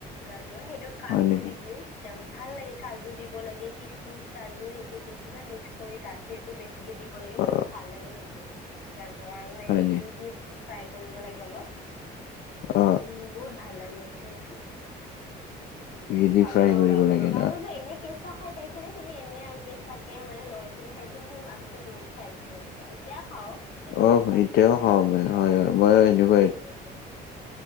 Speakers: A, on the left; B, on the left.
A: গাজৰ, সেইটোত কাজু
B: হয় নেকি?
A: দি দিওঁ। কেতিয়াবা ভাল লাগে। কাজু দিব লাগে, কিচমিচ, কাজু সেইটো দি কিনে মিক্স কৰি গাখীৰটো বেছি কে দিব লাগে।
B: অ
A: বহুত ভাল লাগে কিন্তু। গাজৰ আৰু এই
B: হয়
A: ঘি
B: নি
A: দি ফ্ৰাই কৰিব লাগে অলপ। উম,
B: অ
A: বহুত ভাল লাগে কিন্তু সেইটো।
B: ঘি দি
A: ভাল
B: ফ্ৰাই
A: পাওঁ
B: কৰিব
A: গাজৰ।
B: লাগে
A: গাজৰ
B: ন
A: যে এনে কেঁচা খাই পাইছা নে তুমি? এনে আৰু কেঁচা কে। মানে লৈ কিনে সেই <unintelligible> আগতে বহুত খাইছিলো এনেকুৱা। এতিয়া খাওঁ। এতিয়াতো
B: অ
A: মানে গাজৰে-গাজৰৰ
B: এতিয়াও খাওঁ মই হয় হয় মই
A: চিজন
B: এনেকুৱাই
A: নহয় চাগে এতিয়া।